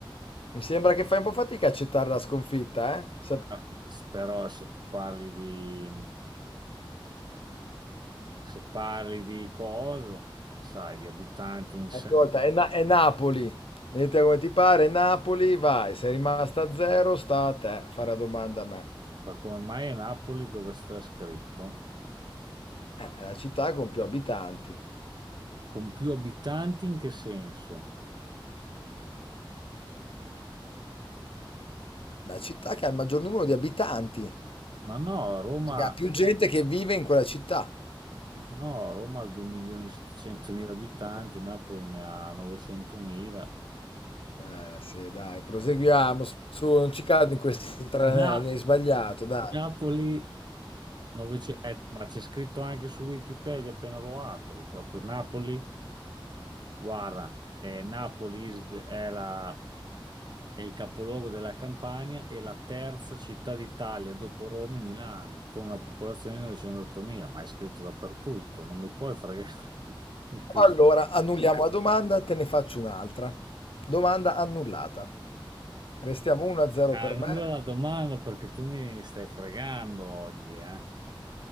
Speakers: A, on the left; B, on the right.
A: Mi sembra che fai un po' fatica a accettare la sconfitta, eh? Sa-
B: eh, però se tu parli di Se parli di coso, sai, di abitanti in sé,
A: Ascolta, è, Na- è Napoli. Vedete come ti pare, Napoli, vai, sei rimasta a zero, sta a te fare la domanda a me.
B: ma come mai a Napoli dove sta scritto?
A: Eh, è la città con più abitanti.
B: Con più abitanti in che senso?
A: La città che ha il maggior numero di abitanti,
B: Ma no, Roma,
A: cioè che ha più gente che vive in quella città.
B: ma no, Roma ha 2.700.000 abitanti, Napoli ne ha 900.000.
A: Eh, sì, dai, proseguiamo. Su, non ci cado in questi tranelli,
B: Na-
A: hai sbagliato, dai.
B: Napoli, 900 eh, ma c'è scritto anche su Wikipedia appena lo apri, proprio Napoli, guarda, eh, Napoli is the- è la È il capoluogo della Campania e la terza città d'Italia dopo Roma e Milano, con una popolazione di 908.000, ma è scritto dappertutto, non mi puoi fregare <laughs> così.
A: Allora, annulliamo la domanda, te ne faccio un'altra. Domanda annullata. Restiamo 1-0
B: Annulla
A: per me.
B: la domanda perché tu mi stai fregando oggi, eh?